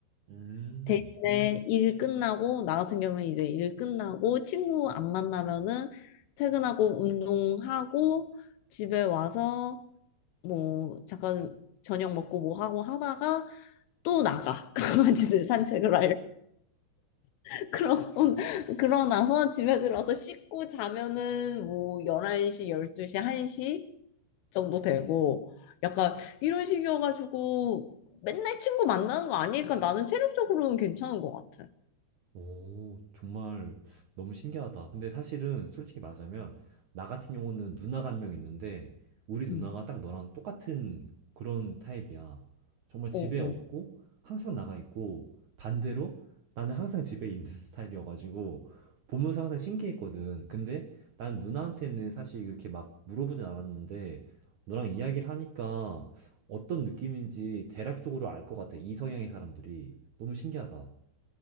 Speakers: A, on the right; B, on the left.
A: 음.
B: 대신에 일 끝나고, 나 같은 경우는 이제 일 끝나고, 친구 안 만나면은 퇴근하고, 운동하고, 집에 와서 뭐 잠깐 저녁 먹고 뭐 하고 하다가 또 나가 <laughs> 강아지들 산책을 할 <laughs> 그러고 그러고 나서 집에 들어서 씻고 자면은 뭐 11시, 12시, 1시 정도 되고 약간 이런 식이어가지고 맨날 친구 만나는 거 아니니까 나는 체력적으로는 괜찮은 것 같아.
A: 오, 정말 너무 신기하다. 근데 사실은 솔직히 말하자면, 나 같은 경우는 누나가 한 명 있는데, 우리 누나가
B: 음.
A: 딱 너랑 똑같은 그런 타입이야. 정말 집에
B: 어, 어.
A: 없고, 항상 나가 있고, 반대로 나는 항상 집에 있는 <laughs> 스타일이어가지고, 보면서 항상 신기했거든. 근데 난 누나한테는 사실 그렇게 막 물어보진 않았는데, 너랑 이야기를 하니까 어떤 느낌인지 대략적으로 알 것 같아. 이 성향의 사람들이. 너무 신기하다.